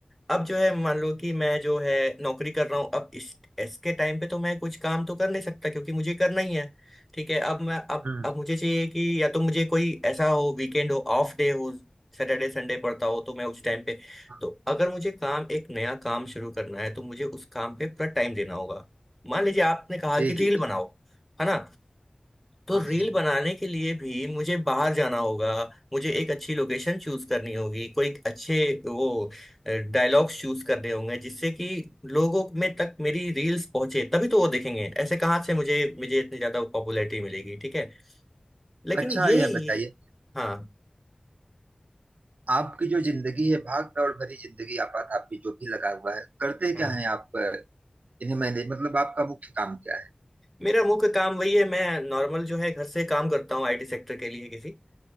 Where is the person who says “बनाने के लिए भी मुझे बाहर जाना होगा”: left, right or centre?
Centre